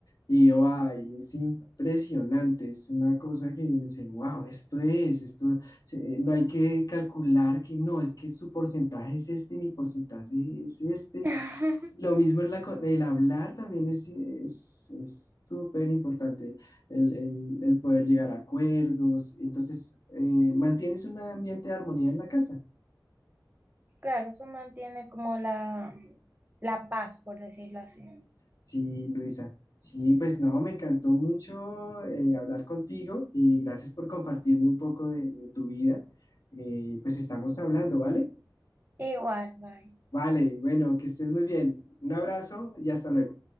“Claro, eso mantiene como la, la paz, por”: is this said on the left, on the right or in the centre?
Right